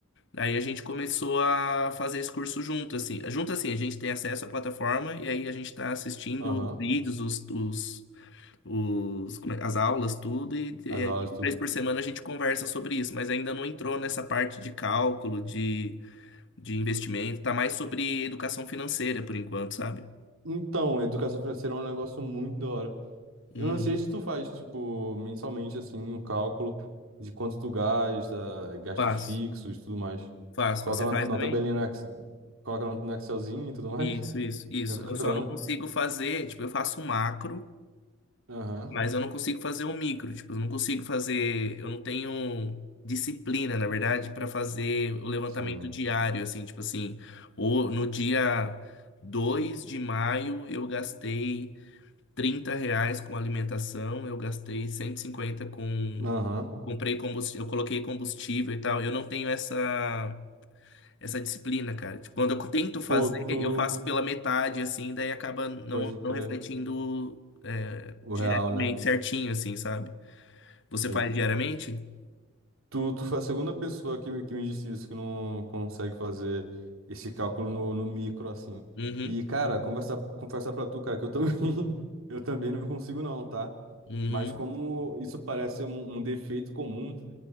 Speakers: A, on the left; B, on the right.
A: Aí a gente começou a fazer esse curso junto, assim. Junto, assim, a gente tem acesso à plataforma e aí a gente tá assistindo
B: Aham,
A: os vídeos, os, os, os- como é- as aulas, tudo, e, e
B: as aulas,
A: aí,
B: tudo.
A: três por semana a gente conversa sobre isso, mas ainda não entrou nessa parte de cálculo, de, de investimento, tá mais sobre educação financeira por enquanto, sabe?
B: Então, educação financeira é um negócio muito da hora. Eu
A: Uhum.
B: não sei se tu faz, tipo, mensalmente, assim, um cálculo de quanto tu gasta, gastos
A: Faço,
B: fixos e tudo mais.
A: faço,
B: Coloca
A: faço. Você
B: na,
A: faz
B: na
A: também?
B: tabelinha no Excel, coloca no, no Excelzinho e tudo mais.
A: Isso,
B: <laughs>
A: isso, isso.
B: E vai controlando.
A: Eu só não consigo fazer, tipo, eu faço o macro.
B: Aham,
A: Mas eu não consigo fazer um micro, tipo, eu não consigo fazer, eu não tenho disciplina, na verdade, para fazer o levantamento
B: sim.
A: diário, assim, tipo assim, ou no dia 2 de maio eu gastei 30 reais com alimentação, eu gastei 150 com,
B: Aham.
A: comprei combustível, eu coloquei combustível e tal, eu não tenho essa essa disciplina, cara. Tipo, quando eu tento fazer,
B: Pô, tu...
A: eu faço pela metade, assim, daí acaba não,
B: Pode crer.
A: não refletindo é,
B: O
A: diretamente
B: real, né?
A: certinho, assim, sabe? Você
B: Sim.
A: faz diariamente?
B: Tu, tu foi a segunda pessoa que, me- que me disse isso, que não consegue fazer esse cálculo no, no micro, assim.
A: Uhum,
B: E, cara, conversar, conversar pra tu, cara, que eu também, <laughs> eu também não consigo não, tá?
A: uhum,
B: Mas como isso parece ser um, um defeito comum,